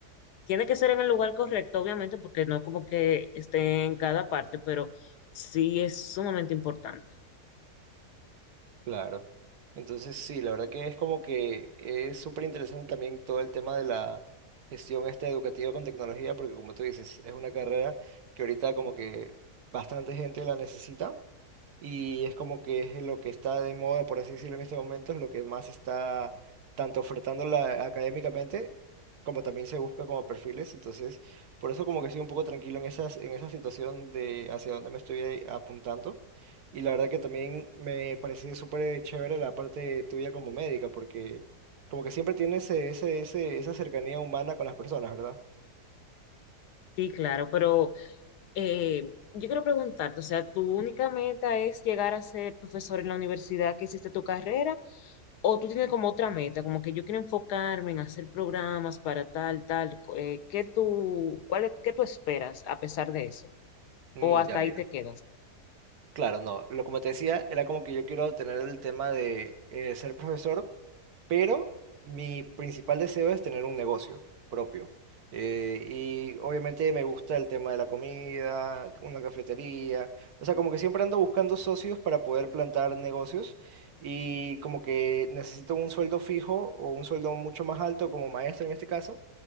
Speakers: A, on the left; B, on the right.
A: Tiene que ser en el lugar correcto, obviamente, porque no como que esté en cada parte, pero sí es sumamente importante.
B: Claro. Entonces, sí, la verdad que es como que es súper interesante también todo el tema de la gestión esta educativa con tecnología, porque como tú dices, es una carrera que ahorita como que bastante gente la necesita y es como que es lo que está de moda, por así decirlo, en este momento, es lo que más está tanto ofertando la, académicamente como también se busca como perfiles, entonces por eso como que estoy un poco tranquilo en esas, en esa situación de hacia dónde me estoy ahí apuntando. Y la verdad que también me pareció súper chévere la parte tuya como médica, porque como que siempre tienes ese, ese, ese- esa cercanía humana con las personas, ¿verdad?
A: Sí, claro, pero Eh, yo quiero preguntarte, o sea, ¿tu única meta es llegar a ser profesor en la universidad que hiciste tu carrera? ¿O tú tienes como otra meta, como que yo quiero enfocarme en hacer programas para tal, tal? co- eh, ¿qué tú, cuál, es- qué tú esperas a pesar de eso?
B: Mm,
A: ¿O hasta
B: ya mira.
A: ahí te quedas?
B: Claro, no. Lo como te decía, era como que yo quiero tener el tema de eh, ser profesor, pero mi principal deseo es tener un negocio propio. Eh, y obviamente me gusta el tema de la comida, una cafetería. O sea, como que siempre ando buscando socios para poder plantar negocios y como que necesito un sueldo fijo o un sueldo mucho más alto como maestro en este caso.